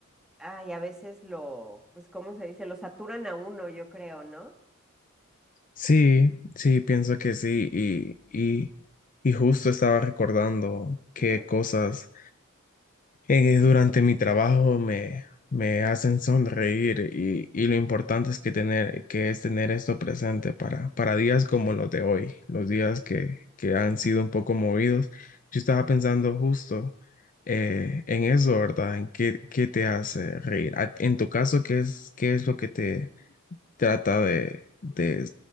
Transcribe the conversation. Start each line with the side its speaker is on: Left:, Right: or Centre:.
Centre: ay, a veces lo, pues, ¿cómo se dice? Lo saturan a uno, yo creo, ¿no?
Left: Sí, sí, pienso que sí. Y, y, y justo estaba recordando qué
Centre: Ujú.
Left: cosas eh, durante mi trabajo me, me hacen sonreír y, y lo importante es que tener, que es tener esto presente para, para días como los de hoy, los días que, que han sido un poco movidos. Yo estaba pensando justo eh, en eso, ¿verdad? En qué, qué te hace reír. A- En tu caso, ¿qué es, qué es lo que te, trata de, de